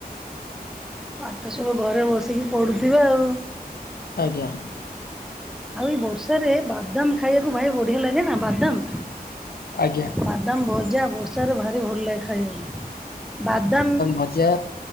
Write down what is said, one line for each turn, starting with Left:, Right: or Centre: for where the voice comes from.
Centre: ପାଠ ସବୁ ଘରେ ବସିକି ପଡ଼ୁଥିବେ ଆଉ?
Left: ଆଜ୍ଞା।
Centre: ଭାଇ ବର୍ଷାରେ ବାଦାମ୍ ଖାଇବାକୁ ଭାଇ ବଢିଆ ଲାଗେ ନା? ବାଦାମ୍।
Left: ଆଜ୍ଞା।
Centre: ବାଦାମ ଭଜା, ବର୍ଷା ରେ ଭାରି ଭଲ ଲାଗେ ଖାଇବାକୁ। ବାଦାମ
Left: ଭଜା